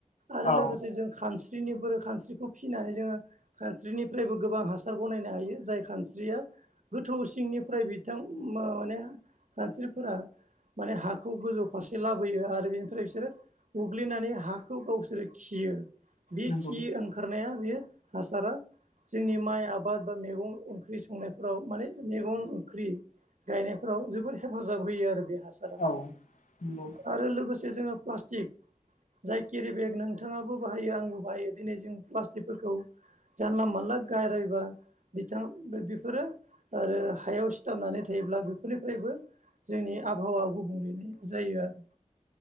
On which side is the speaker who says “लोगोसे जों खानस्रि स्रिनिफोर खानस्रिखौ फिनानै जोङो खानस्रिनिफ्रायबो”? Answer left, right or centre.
Right